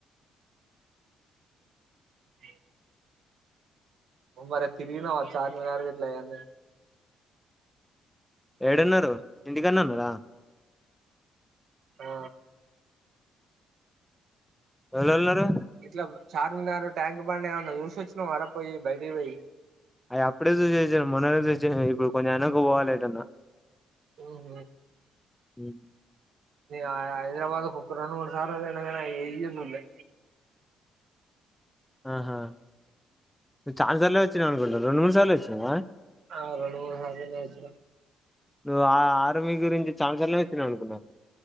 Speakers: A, on the right; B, in the centre.
A: అ ఉార తిరిగినచ్చార్ మరగట్లే ఎన్న
B: ఏడున్నారు ఇంటికన్నా ఉన్నార
A: ఆ
B: ఇవ్వలేవాలు ఉన్నారు
A: ఇట్ల చార్మినార్ ట్యాంక్ బ చూసొచ్చుిన వరపోయి బయటి పోయి
B: అయి అప్పుడే చూచ మన్ననే ఇప్పుడు కొంచెం అనకు పోవాలింటన్నా
A: ఓహ
B: అ
A: నీనా ఆ హైదరాబాద్ కుక్కరోజు మూడు సార్లు బోయిన గానీ అయ్ ఏయ్యి జుడలే
B: ఆహా నువ్ చాన్ సార్లు వచ్చినావు అనుకుంటా రెండు మూడు సార్లు వచ్చినావా
A: ఆ రెండు మూడు సార్లలలా వచ్చిన
B: నువ్వు ఆ ఆ ఆర్మీ గురించి చాన్ చార్లలే వచ్చినావు అనుకున్నా